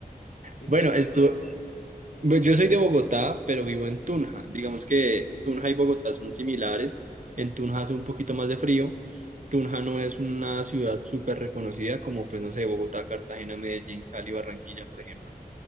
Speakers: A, on the left; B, on the right.
A: Y
B: Bueno,
A: pero tú
B: estuvo,
A: de dónde eres, por ejemplo?
B: Pues yo soy de Bogotá, pero vivo en Tunja. Digamos que Tunja y Bogotá son similares. En Tunja hace un poquito más de frío. Tunja no es una ciudad súper reconocida como, pues no sé, Bogotá, Cartagena, Medellín, Cali, Barranquilla, por ejemplo.